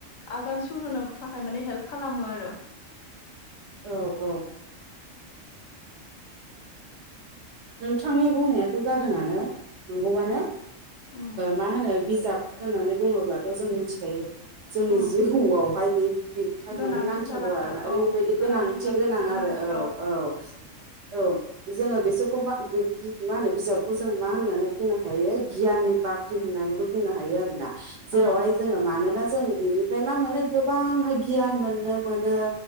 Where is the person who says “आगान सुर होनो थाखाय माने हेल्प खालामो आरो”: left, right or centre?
Left